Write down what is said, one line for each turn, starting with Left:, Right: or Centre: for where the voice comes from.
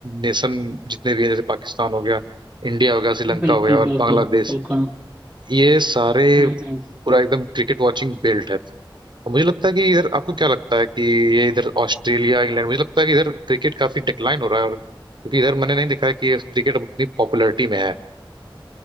Right: नेशन जितने भी है जैसे पाकिस्तान हो गया इंडिया हो गया श्रीलंका
Centre: बिल्कुल
Right: हो गया और
Centre: बिल्कुल
Right: बांग्लादेश
Centre: बिल्कुल
Right: ये सारे
Centre: हम्म हम्म
Right: पूरा एकदम क्रिकेट वाचिंग बेल्ट है और मुझे लगता है कि इधर आपको क्या लगता है कि ये इधर ऑस्ट्रेलिया इंग्लैंड मुझे लगता है कि इधर क्रिकेट काफी डिक्लाइन हो रहा है और क्योंकि इधर मैंने नहीं देखा है कि क्रिकेट अब उतनी पॉपुलैरिटी में है